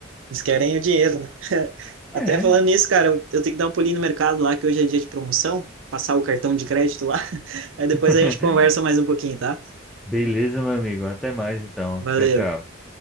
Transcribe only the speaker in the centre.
É.
<laughs>
Beleza, meu amigo. Até mais então.
Tchau, tchau.